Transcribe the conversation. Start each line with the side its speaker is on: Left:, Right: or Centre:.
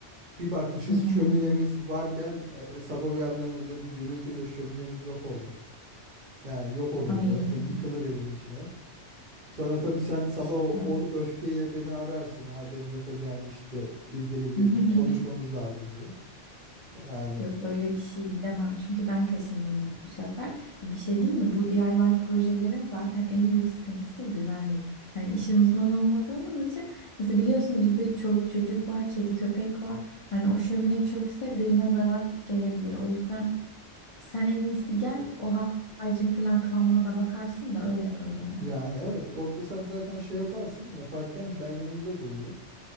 Right: Bir bakmışız
Left: Hmm.
Right: şöminemiz varken e, e, sabah uyandığımızda bir gürültüyle şöminemiz yok olmuştu. Yani yok olur
Left: Ay
Right: böyle <laughs> yıkılır evin içine. Sonra tabii sen sabah
Left: işte.
Right: o, o öfkeyle beni ararsın Adem yapacağını işte ilgili bir
Left: <laughs>
Right: konuşmamız lazım diye. Yani
Left: Yok öyle bir şey demem çünkü ben kaşındım bu sefer. E, bir şey değil mi? Bu DIY projelerin zaten en büyük sıkıntısı güvenlik. Hani işin uzmanı olmadığımız için mesela biliyorsun bizde çoluk çocuk var, kedi köpek var. Hani o şömine çökse birine zarar gelebilir. O yüzden Sen en iyisi gel o har- harcın filan kıvamına da bakarsın da öyle yaparız onu.
Right: yani evet orada sen zaten şey yaparsın yaparken ben yanında dururum.